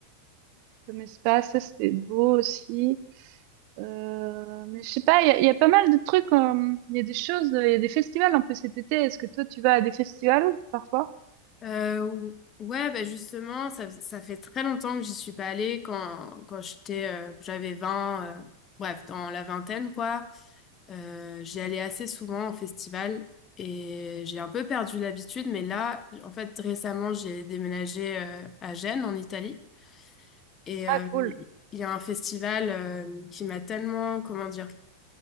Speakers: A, on the right; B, on the left.
A: Comme espace, ça c'était beau aussi. Euh, mais je sais pas, il y a, il y a pas mal de trucs, euh, il y a des choses, de- il y a des festivals un peu cet été. Est-ce que toi tu vas à des festivals parfois?
B: Euh, ou- ouais, bah justement, ça, ça fait très longtemps que j'y suis pas allée quand, quand j'étais, euh, j'avais 20 euh, bref, dans la vingtaine, quoi. Euh, j'y allais assez souvent en festival et j'ai un peu perdu l'habitude, mais là, en fait, récemment, j'ai déménagé, euh, à Gênes, en Italie. Et
A: Ah
B: euh,
A: cool.
B: il y a un festival, euh, qui m'a tellement, comment dire,